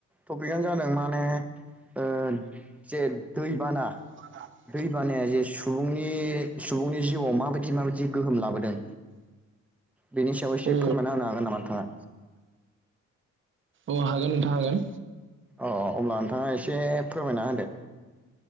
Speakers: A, in the centre; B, on the right.
A: टपिकआनो जादों माने ओ जे दैबाना
B: बा <inaudible>
A: दैबानाया जेसु सुबुंनि सुबुंनि जिउआव माबायदि माबायदि गोहोम लाबोदों बेनि सायाव एसे
B: औ
A: फोरमायना होनो हागोन नामा नोंथाङा
B: औ हागोन नोंथा हागोन
A: अ अब्ला नोंथाङा एसे फोरमायना होदो